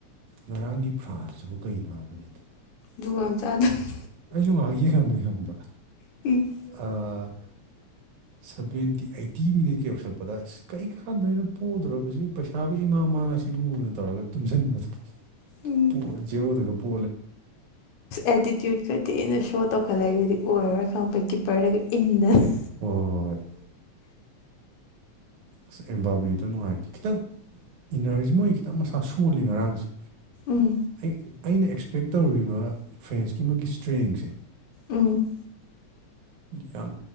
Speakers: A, on the right; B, on the left.
A: ꯉꯔꯥꯡꯒꯤ ꯐ꯭ꯔꯥꯟꯁꯇꯨꯕꯨ ꯀꯩꯅꯣ ꯍꯥꯏꯕꯅꯤꯗ
B: ꯖꯨꯒꯣꯠ ꯌꯥꯝ ꯆꯥꯗꯝꯃꯦ
A: ꯑꯩꯁꯨ ꯉꯥꯏꯍꯥꯛ ꯌꯦꯡꯉꯝꯃꯦ ꯈꯪꯕ꯭ꯔꯥ
B: <inaudible>
A: ꯑꯥ ꯁꯚꯦꯟꯇꯤ ꯑꯩꯠꯇꯤ ꯃꯤꯅꯤꯠꯀ ꯌꯧꯁꯜꯂꯛꯄꯗ ꯑꯁ ꯀꯩꯀꯥꯟꯗꯣꯏꯅꯣ ꯄꯣꯗꯣꯔꯕꯁꯤ ꯄꯩꯁꯥ ꯄꯩꯁꯥꯥꯕꯨ ꯏꯃꯥꯡ ꯃꯥꯡꯉꯁꯤꯕꯨꯅ ꯇꯧꯔꯒ ꯇꯨꯝꯁꯟꯕꯗꯣ
B: ꯎꯝ
A: <unintelligible> ꯖꯦꯔꯣꯗꯒ ꯄꯣ__
B: ꯑꯦꯇꯤꯇ꯭ꯌꯨꯠꯀ ꯊꯤꯅꯥ ꯁꯣ ꯇꯧꯈꯠꯂꯛꯏꯗꯨꯗꯤ ꯑꯣꯏꯔꯔꯣꯏ ꯈꯪꯉꯛꯄꯩ ꯀꯤꯞꯄꯔꯗꯒ ꯏꯟꯗꯅ
A: ꯍꯣꯏ ꯍꯣꯏ ꯍꯣꯏ ꯑꯁ ꯑꯦꯝꯕꯥꯕꯤꯗꯣ ꯅꯨꯡꯉꯥꯏꯇꯦ ꯈꯤꯇꯪ ꯏꯅꯔꯖꯤ ꯃꯣꯏ ꯈꯤꯇꯪ ꯃꯁꯥ ꯁꯣꯜꯂꯤ ꯉꯔꯥꯡꯁꯦ
B: ꯎꯝ
A: ꯑꯩ ꯑꯩꯅ ꯑꯦꯛꯁꯄꯦꯛ ꯇꯧꯔꯨꯔꯤꯕ ꯐ꯭ꯔꯦꯟꯁꯀꯤ ꯃꯣꯏꯒꯤ ꯏꯁꯇ꯭ꯔꯦꯡꯁꯦ
B: ꯎꯝ
A: ꯌꯥꯝ